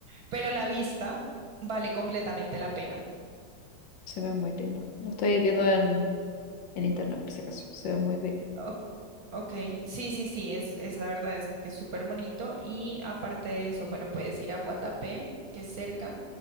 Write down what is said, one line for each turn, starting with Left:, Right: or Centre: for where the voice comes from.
Right: pero la vista vale completamente la pena.
Left: Se ve muy lindo. Lo estoy viendo en, en internet por si acaso. Se ve muy bello.
Right: Ok, Ok, sí, sí, sí, es, es la verdad, es que es súper bonito y aparte de eso, bueno, puedes ir a Guatapé, que es cerca.